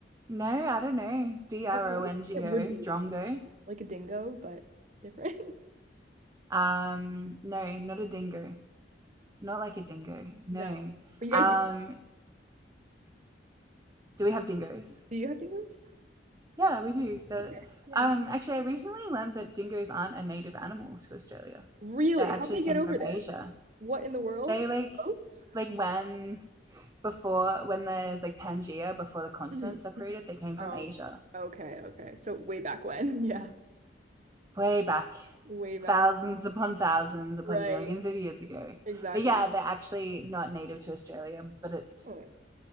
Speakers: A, on the right; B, on the right.
A: No, I don't know. D
B: that
A: R
B: sounds
A: O N
B: like
A: G
B: it would
A: O,
B: be
A: drongo.
B: an animal, like a dingo, but different. <laughs>
A: Um, no, not a dingo. Not like a dingo. No.
B: No. But you
A: Um,
B: guys do,
A: Do we have dingoes?
B: do you have dingoes?
A: Yeah, we do. The,
B: Okay. Yeah.
A: um, actually, I recently learned that dingoes aren't a native animal to Australia.
B: Really?
A: They actually
B: How'd they
A: came
B: get over
A: from
B: there?
A: Asia.
B: What in the world?
A: They like,
B: Boats?
A: like when, before when there's like Pangea, before the continents
B: Mhm.
A: separated, they came from
B: Oh,
A: Asia,
B: okay, okay. So way back when. <laughs> Yeah.
A: way back,
B: Way back.
A: thousands upon thousands upon
B: Right.
A: millions of years ago.
B: Exactly.
A: But yeah, they're actually not native to Australia. But it's
B: Mm,